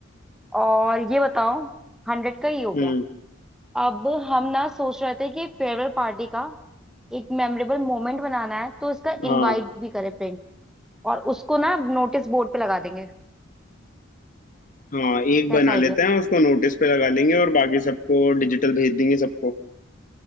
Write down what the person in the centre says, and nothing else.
और ये बताओ हंड्रेड का ही हो गया
अब हम ना सोच रहे थे कि फेयरवेल पार्टी का एक मेमोरेबल मोमेंट बनाना है तो इसका
इनवाइट भी करें प्रिंट और उसको ना नोटिस बोर्ड पे लगा देंगे
कैसा